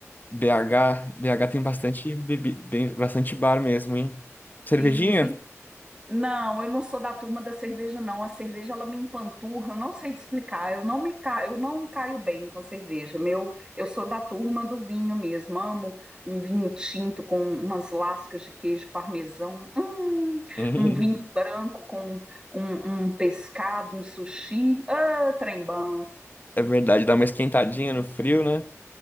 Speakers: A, on the left; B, on the right.
A: BH, BH tem bastante bebi, bem- bastante bar mesmo, hein? Cervejinha?
B: E, assim, não, eu não sou da turma da cerveja, não. A cerveja, ela me empanturra, eu não sei te explicar. Eu não me ca... eu não caio bem com cerveja. Meu, eu sou da turma do vinho mesmo. Amo um vinho tinto com umas lascas de queijo parmesão. Hum,
A: Hum,
B: um vinho branco com um, um pescado, um sushi. Ah, trem bom.
A: é verdade, dá uma esquentadinha no frio, né?